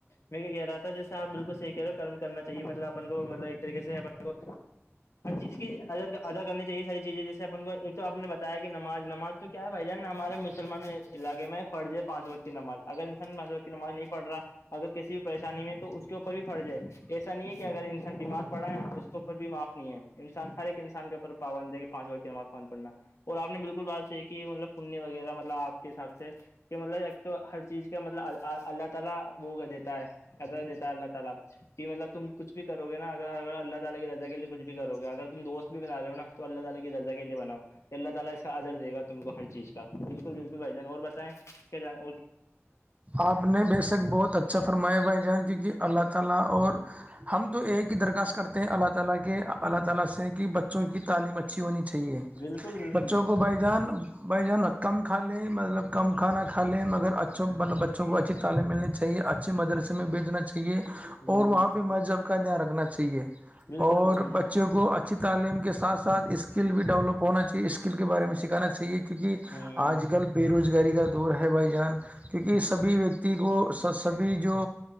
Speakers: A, on the left; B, on the right.
A: میں یہ کہہ رہا تھا جیسے آپ بالکل صحی کہہ رہو ہو کرم کرنا چاہیے مطلب اپن کو مطلب ایک طریقے سے کو اس کید ادا کرنی چاہیے ساری چیزیں جیسے اپن کو ایک تو آپ نے بتایا کہ نماز نماز تو کیا ہے بھائی جان ہمارے مسلمان علاقے میں پڑھ جائے پانچ وقت کی ناز اگر انسان پانچ وقت کی نماز نہیں پڑھ رہا اگر کسی بھی پریشانی میں تو اس کے اوپر بھی فرض ہے ایسا نہیں ہے کہ اگر انسان دمغ پڑا ہے تو اس کے اوپر بھی معاف نہیں ہے انسان ہر ایک انسان کے اوپر پابند ہے کہ پانچ وقت کے فون پڑنا اور آپ نے بالکل بات صحی کی کہ مطلب پنیہ وغیرہ مطلب آپ کے حساب سے کہ مطلب ایک تو ہر چیز کا مطلب اللہ تعالی ہووگ دیت ہے ا دتاا اللہ ت الا کہ مطلب تم کچھ کرو گے نا اگر اگر اللہ تعالی کی رجا کے لیے کچھ بھی کرو گے اگر تم دوست بھی بنا رہے ہوا تو اللہ تالی کی رزہ کے لی بناؤ کہ اللہ تعالی اس کا ادر دے گا تم کو ہر چیز کا بالکل بالکل بھائی جان اور بتیں کیا جانیں
B: آپ نے بے شک بہت اچھا سفرما بن جائیں کیونکہ اللہ تعالی اور ہم تو ایک ہی درخواست کرتے اللہ تعالی کے اللہ تعالی سے کہ بچوں کی تعلیم اچھی ہونی چاہیے
A: بالکل بالکل
B: بچوں کو بائی جان بھائی جان کم کھا لیں مطلب کم کھانا کھا لیں مگر اچھوں بچوں کو اچھی تعالے ملنے چاہیے اچھے مدرسے میں بیچنا چاہیے اور
A: بالکل
B: وہاں پہ مذہب کا دھیان رکھنا چاہیے
A: بالکل
B: اور
A: بالکل
B: بچے بچوں کو اچھی تعلیم کے ساتھ ساتھ اسکل بھی ڈیولپ ہونا چاہیے اسکل کے بارے میں سکھانا چاہیے کیونکہ
A: ہوں
B: آج کل بے روزگاری کا دور ہے بھائی جان کیونکہ سبھی و کو سبھی جو